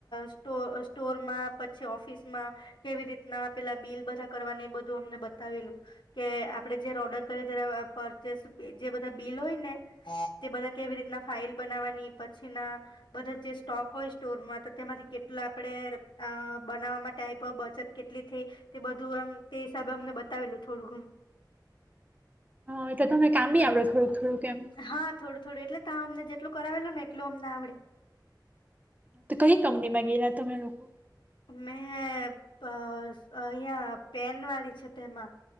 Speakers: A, on the left; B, on the right.
A: સ્ટો સ્ટોરમાં પછી ઓફિસમાં તેવી રીતના પેલા બિલ બધા કરવાના એ બધું અમને બતાવેલું કે આપણે જ્યારે ઓર્ડર કરીએ ત્યારે પરચેસ જે બધા બિલ હોય ને હા તે બધા કેવી રીતના ફાઈલ બનાવાની પછીના બધા જે સ્ટોક હોય સ્ટોરમાં તો તેમાંથી કેટલા આપણે અ બનાવામાં ટાઈપ હો બચત કેટલી થઈ તે બધું એમ તે હિસાબે અમને બતાવેલું થોડું ઘણું.
B: હ એટલે તમને કામ બી આવડે થોડુંક. થોડુંક એમ
A: હા થોડુંક. થોડું એટલે કામને જેટલું કરાવેલું ને એટલું અમને આવડે.
B: તો કઈ કંપનીમાં ગેલા તમે લોકો?
A: મે અ અ અહિયાં પેન વાળી છે તેમાં